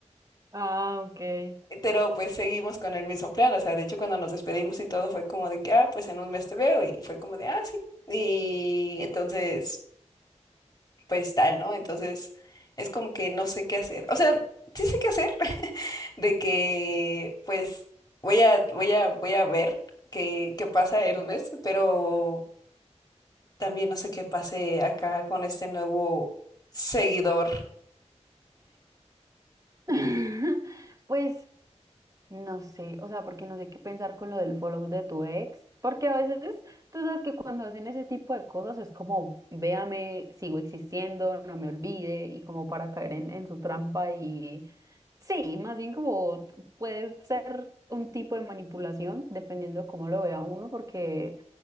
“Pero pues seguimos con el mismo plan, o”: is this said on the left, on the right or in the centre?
Left